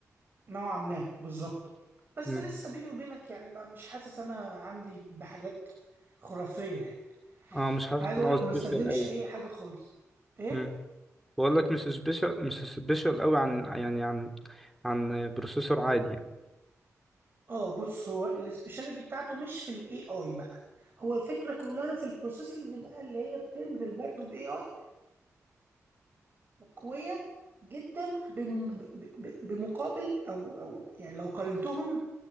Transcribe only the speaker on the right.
نوعا ما بالظبط بس
لسه بيني وبينك يعني ما مش حاسس انا عندي بحاجات خرافية يعني
عايز
اقول
لك
ما بستخدمش
اي حاجة خالص ايه
اه بص هو السبيشاليتي بتاعته مش في الاي اي بقى هو الفكرة كلها في البروسيسورز بقى اللي هي بتنزل برضو باي اي قوية جدا بم- ب- ب- بمقابل او او يعني لو قارنتهم